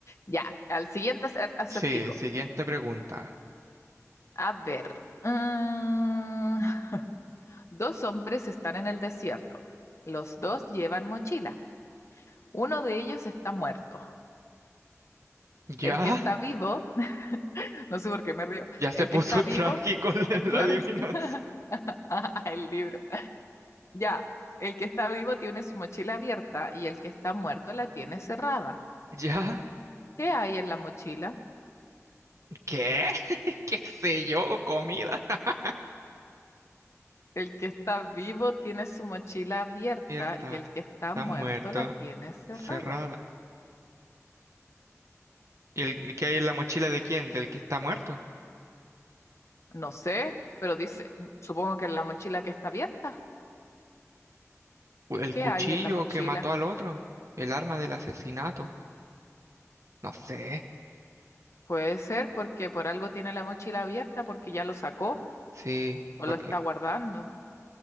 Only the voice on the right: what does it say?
Sí, siguiente pregunta.
¿Ya?
Ya se
puso
trágico <laughs>
la adivinanza.
¿Ya?
¿Qué? <laughs> ¿Qué sé yo? ¿Comida? <laughs>
Abierta,
está
muerto,
cerrada. ¿El el que hay en la mochila de quién? ¿Del que está muerto?
¿O ¿El
cuchillo
que mató al otro? ¿El arma del asesinato? No sé.
Sí,
porque